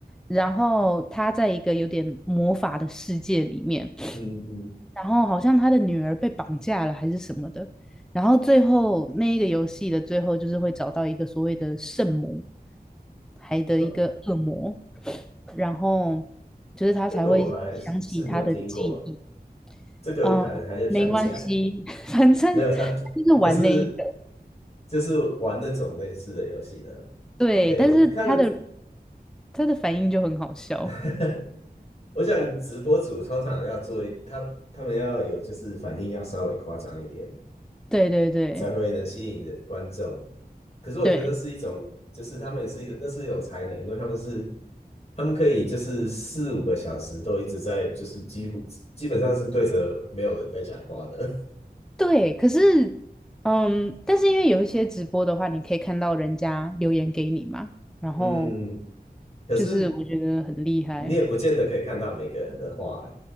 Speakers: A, in the centre; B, on the left (about 40°).
A: 然后他在一个有点魔法的世界里面，
B: 嗯嗯，
A: 然后好像他的女儿被绑架了还是什么的，然后最后那一个游戏的最后就是会找到一个所谓的圣母，还的一个恶魔。
B: 哦，
A: 然后就是他才会想起他的记忆。
B: 这个我还是是没有听过，这个我可能还是想不起来。
A: 嗯，没关系，<laughs> 反正他就是玩那一个，
B: 没有他，<laughs> 可是就是玩那种类似的游戏的。
A: 对，
B: OK，
A: 但是他的
B: 我看了
A: 他的反应就很好笑，
B: <laughs> 我想直播主通常要做一，他他们要有就是反应要稍微夸张一点，
A: 对对对
B: 才会能吸引人观众。可是我觉得那是一种，
A: 对
B: 就是他们也是一那是一种才能，因为他们是他们可以就是四五个小时都一直在就是几乎基本上是对着没有人在讲话的。<laughs>
A: 对，可是嗯，但是因为有一些直播的话，你可以看到人家留言给你嘛，然后
B: 嗯，可是
A: 就是我觉得很厉害。
B: 你也不见得可以看到每个人的话，